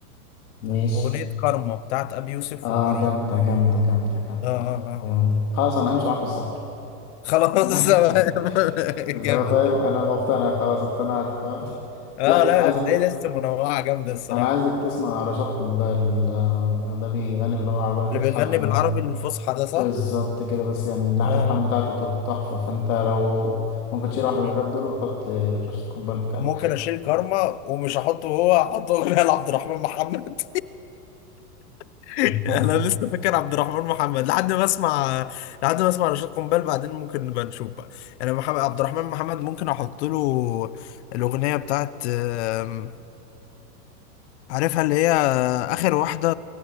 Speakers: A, on the left (about 60°); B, on the left (about 45°).
A: ماشي
B: أغنية كارما بتاعت أبي يوسف
A: اه
B: ومروان
A: جامدة جامدة جامدة جامدة
B: آه آه آه
A: جامدة خلاص انا همشي معاك في الصحراء
B: خلاص
A: <laughs>
B: <laughs>
A: اللي
B: جامد
A: هو فاهم
B: ده
A: انا مقتنع خلاص اقتنعت فاهم
B: اه
A: لا
B: لا
A: انا عايزك
B: لا بلاقي لسه منوعة جامدة الصراحة
A: انا عايزك تسمع رشاد قنبال آه، ده بيغني باللغة العربية الفصحى
B: اللي بيغني
A: لكن
B: بالعربي الفصحى ده صح؟
A: بالظبط كده بس يعني لا
B: اه
A: الحان بتاعته تح- تحفة فانت لو ممكن تشيل واحدة من
B: مم.
A: الراب دول وتحط رشاد قنبال مكانها
B: ممكن اشيل كارما ومش هحطه هو هحطه <laughs> اغنية لعبد الرحمن محمد <laughs>
A: <laughs>
B: انا لسه فاكر عبد الرحمن محمد لحد ما اسمع لحد ما اسمع رشاد قنبال بعدين ممكن نبقى نشوف بقى انا محمد عبد الرحمن محمد ممكن احط له الاغنية بتاعت آم، عارفها اللي هي اخر واحدة